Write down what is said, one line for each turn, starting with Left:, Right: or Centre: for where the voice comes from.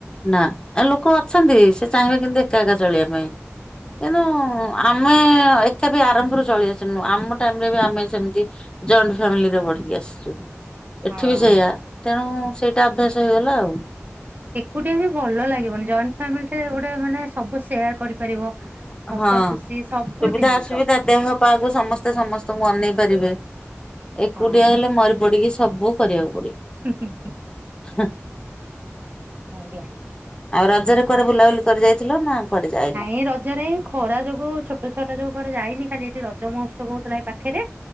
Left: ନା ଏ ଲୋକ ଅଛନ୍ତି ସେ ଚାହିଁବେ କିନ୍ତୁ ଏକା ଏକା ଚଳିବା ପାଇଁ। କିନ୍ତୁ ଆମେ ଏକା ବି ଆରମ୍ଭରୁ ଚଳି ଆସିନୁ ଆମ ଟାଇମ୍ ରେ ବି ଆମେ ସେମତି ଜଏଣ୍ଟ ଫ୍ୟାମିଲିରେ ବଢ଼ିକି ଆସିଛୁ। ଏଠି
Right: ହଁ।
Left: ବି ସେଇୟା ତେଣୁ ସେଇଟା ଅଭ୍ୟାସ ହେଇଗଲା ଆଉ।
Right: ଏକୁଟିଆ ବି ଭଲ ଲାଗିବନି। ଜଏ ଫାମିଲି ସେ ଗୋଟେ ମାନେ ସବୁ ସେୟାର୍ କରିପାରିବ। ହସ
Left: ହଁ।
Right: ଖୁସି ସବୁ
Left: ସୁବିଧା
Right: ଜିନିଷ।
Left: ଅସୁବିଧା ଦେହ ପାଆକୁ ସମସ୍ତେ ସମସ୍ତଙ୍କୁ ଅନେଇ ପାରିବେ। ଏକୁଟିଆ
Right: ହଁ
Left: ହେଲେ ମରି ପାଡ଼ିକି ସବୁ କରିବାକୁ ପଡ଼ିବ।
Right: ହୁଁ, ହୁଁ, ହୁଁ।
Left: ହୁଁ
Right: ଆଜ୍ଞା।
Left: ଆଉ ରଜରେ କୁଆଡ଼େ ବୁଲାବୁଲି କରି ଯାଇଥିଲ ନା କୁଆଡ଼େ ଯାଇନ?
Right: ଏଇ ରଜରେ ଖରା ଯୋଗୁ ଛୋଟ ଛୁଆ ଟା ଯୋଉ କୁଆଡ଼େ ଯାଇନି। ଖାଲି ଏଇଠି ରଜ ମହୋତ୍ସବ ହଉଥୁଲା ଏ ପାଖରେ।